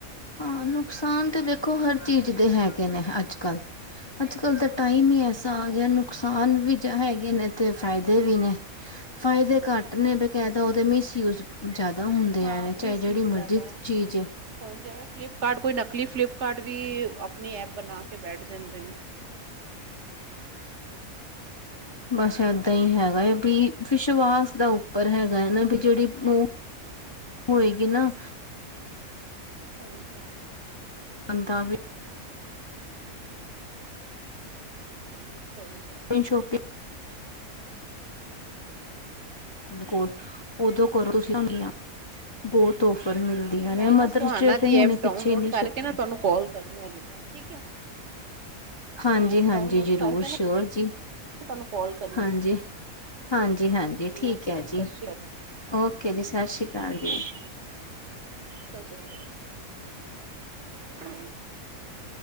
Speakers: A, on the left; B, on the right.
A: ਹਾਂ ਨੁਕਸਾਨ ਤਾਂ ਦੇਖੋ ਹਰ ਚੀਜ਼ ਦੇ ਹੈਗੇ ਨੇ ਅੱਜ ਕੱਲ ਅੱਜ ਕੱਲ ਤਾਂ ਟਾਈਮ
B: ਹੂੰ
A: ਹੀ ਐਸਾ
B: ਹਾਂ।
A: ਆ ਗਿਆ ਨੁਕਸਾਨ ਵੀ ਹੈਗੇ ਨੇ ਤੇ ਫਾਇਦੇ ਵੀ ਨੇ ਫਾਇਦੇ ਘੱਟ ਨੇ ਬਕਾਇਦਾ ਉਹਦੇ ਮਿਸਯੂਜ ਜ਼ਿਆਦਾ ਹੁੰਦੇ
B: ਹਾਂ
A: ਹੈ ਨੇ ਚਾਹੇ
B: ਮਿਸਯੂਜ
A: ਜਿਹੜੀ
B: ਜ਼ਿਆਦਾ
A: ਮਰਜ਼ੀ
B: ਹੈ।
A: ਚੀਜ਼ ਹੈ।
B: ਜਿਵੇਂ ਫਲਿਪਕਾਰਟ ਕੋਈ ਨਕਲੀ ਫਲਿਪਕਾਰਟ ਵੀ ਆਪਣੀ ਐਪ ਬਣਾ ਕੇ ਬੈਠ ਜਾਂਦੇ ਨੇ।
A: ਬਸ ਏਦਾਂ
B: ਹਾਂਜੀ।
A: ਹੀ ਹੈਗਾ ਹੈ ਵੀ ਵਿਸ਼ਵਾਸ ਦਾਊ। ਪਰ ਹੈਗਾ ਹੈ । ਨਾ ਵੀ ਜਿਹੜੀ ਉਹ ਹੋਏਗੀ ਨਾ
B: ਹਾਂਜੀ
A: ਪੰਜ ਤਾਵੀ
B: ਸਹੀ ਗੱਲ ਹੈ।
A: ਸ਼ੋਪਿੰਗ ਕੋਲ ਓਦੋਂ ਕਰੋ ਤੁਸੀਂਆਂ ਬਹੁਤ ਤੋਹਫ਼ਰ
B: ਹੈ।
A: ਮਿਲਦੀਆਂ ਨੇ
B: ਮੈਂ ਨਾ
A: ਮਦਰਸ
B: ਸੁਹਾਨਾ
A: ਡੇ
B: ਦੀ
A: ਤੇ ਹੁਣੇ
B: ਐਪ
A: ਪਿੱਛੇ
B: ਡਾਊਨਲੋਡ
A: ਹੀ ਨਹੀਂ।
B: ਕਰਕੇ ਨਾ ਤੁਹਾਨੂੰ ਕਾਲ ਕਰਨੀ ਆ ਰਿਟਰਨ ਠੀਕ ਹੈ।
A: ਹਾਂਜੀ
B: ਮੈਂ ਐਪ
A: ਹਾਂਜੀ
B: ਡਾਊਨਲੋਡ
A: ਜ਼ਰੂਰ
B: ਕਰਕੇ ਨਾ
A: ਸ਼ੋਰ ਜੀ।
B: ਤੁਹਾਨੂੰ ਕਾਲ ਕਰਨੀ।
A: ਹਾਂਜੀ ਹਾਂਜੀ ਹਾਂਜੀ ਠੀਕ
B: ਓਕੇ
A: ਹੈ ਜੀ।
B: ਸਤਿ ਸ਼੍ਰੀ ਅਕਾਲ
A: ਓਕੇ ਜੀ ਸਤਿ ਸ਼੍ਰੀ ਅਕਾਲ
B: ਹਾਂਜੀ
A: ਜੀ।
B: ਓਕੇ। ਸਤਿ ਸ੍ਰੀ ਅਕਾਲ <inaudible>